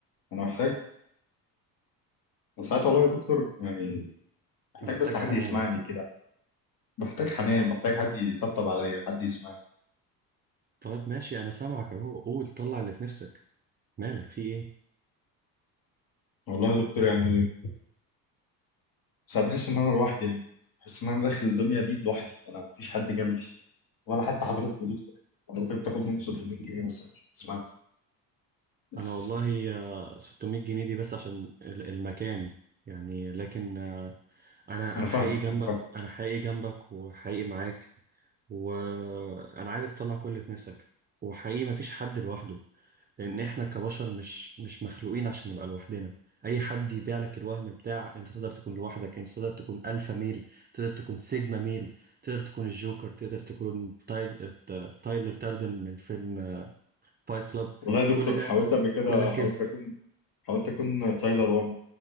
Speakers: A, on the left (about 45°); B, on the right (about 20°).
A: انا محتاج أنا ساعات والله يا دكتور يعني
B: انت
A: محتاج
B: محتاج
A: بس حد
B: حنان
A: يسمعني كده بحتاج حنان
B: طب
A: بحتاج حد يطبطب عليا حد يسمعني
B: طيب ماشي انا سامعك اهو قول طلع اللي في نفسك مالك في ايه
A: والله يا دكتور يعني ساعات بحس إن أنا لوحدي يعني بحس إن أنا داخل الدنيا دي لوحدي أنا مفيش حد جنبي ولا حتى حضرتك بتدخل حضرتك بتاخد مني 600 جنيه مثلا عشان تسمعني بس
B: انا والله آه، 600 جنيه دي بس عشان ال- المكان يعني لكن آه، انا
A: أنا
B: انا
A: فاهمك
B: حقيقي جنبك
A: أنا فاهم
B: انا حقيقي جنبك وحقيقي معاك وانا عايزك تطلع كل اللي في نفسك وحقيقي مفيش حد لوحده لان احنا كبشر مش مش مخلوقين عشان نبقى لوحدنا اي حد يبيع لك الوهم بتاع انت تقدر تكون لوحدك انت تقدر تكون الفا ميل تقدر تكون سيجما ميل تقدر تكون الجوكر تقدر تكون تايل... تايلر داردن من فيلم فايت كلاب
A: والله يا دكتور
B: كل ده
A: حاولت قبل كده
B: كل ده كذب
A: حاولت أكون حاولت أكون تايلر وان